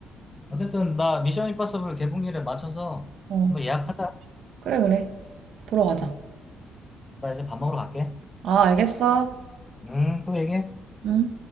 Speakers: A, on the left (about 20°); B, on the right (about 75°).
A: 어쨌든 나 미션 임파서블 개봉일에 맞춰서
B: 어,
A: 한번 예약하자.
B: 그래, 그래. 보러 가자.
A: 그래. 나 이제 밥 먹으러 갈게.
B: 아, 알겠어.
A: 음, 또 얘기해.
B: 응.